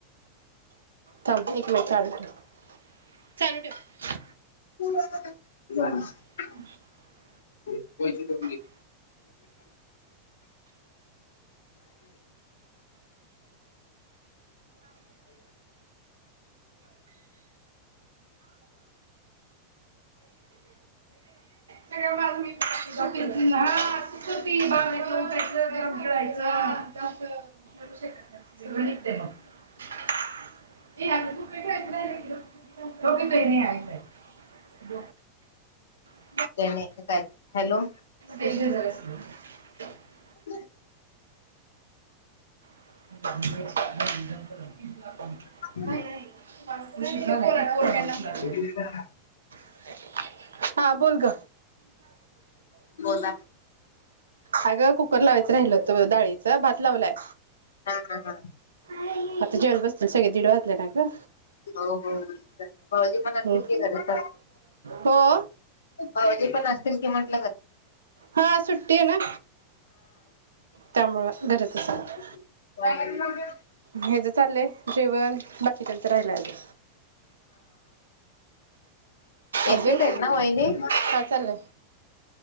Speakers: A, on the right; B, on the left.
A: थांब....... एक मिनट चालू ठेव चालू ठेव
B: <unintelligible>
A: <unintelligible>
B: <unintelligible>
A: <inaudible> हम्म..... <inaudible> <inaudible> सगळ माझ मी पाहून...... हा <inaudible> <unintelligible> <inaudible> टोक देणे आये है ब <inaudible>
B: हॅलो <unintelligible>
A: <unintelligible>
B: <inaudible>
A: <unintelligible>
B: <inaudible>
A: नाही ऐकताय
B: <inaudible>
A: नाही <inaudible> हा बोल ग........
B: बोला
A: अगं कुकर लावायचं राहिल होत डाळीचा भात लावलाय.
B: हा हा हा
A: आता जेवायला बस सगळे दीड वाजले ना ग...
B: हो हो भाऊजी पण असतील
A: हो
B: की घरीच
A: हो
B: भाऊजी पण असतील कि म <inaudible>
A: हा सु्टी ना त्यामुळ घरातच.
B: <unintelligible>
A: आहे. ह्याच चाललंय... जेवण बाकीच्यांच राहिलंय अजून
B: एकटच
A: अजून
B: आहेत ना वहिनी
A: काय चाललंय?